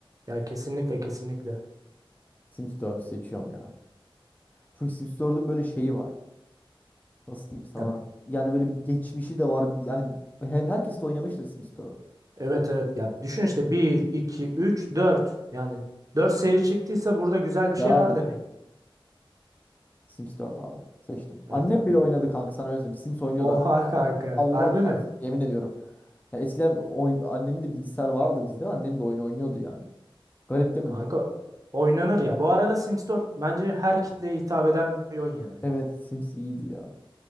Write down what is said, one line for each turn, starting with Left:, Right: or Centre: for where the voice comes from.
Right: Ya kesinlikle kesinlikle.
Left: Sims 4'ü seçiyorum ya. Çünkü Sims 4'ün böyle şeyi var. Nasıl diyeyim sana?
Right: Ya
Left: Yani böyle bir geçmişi de var. Yani hep herkes de oynamıştır Sims 4.
Right: evet evet ya düşün işte bir 2 3 dört yani 4 seri çıktıysa burada güzel bir şey
Left: Yani
Right: var demek.
Left: Sims 4 abi. Seçtim.
Right: Evet
Left: Annem
Right: abi.
Left: bile oynadı kanka sana öyle söyleyeyim. Sims oynuyordu annem.
Right: Oha kanka.
Left: Allah
Right: Harbi
Left: çarpsın.
Right: mi?
Left: Yemin ediyorum. Yani eskiden oyun, annemin de bilgisayar vardı bizde. Annem de oyun oynuyordu yani. Garip değil
Right: Kanka
Left: mi?
Right: oynanır ya. Bu arada Sims 4 bence her kitleye hitap eden bir oyun yani.
Left: Evet Sims iyiydi ya.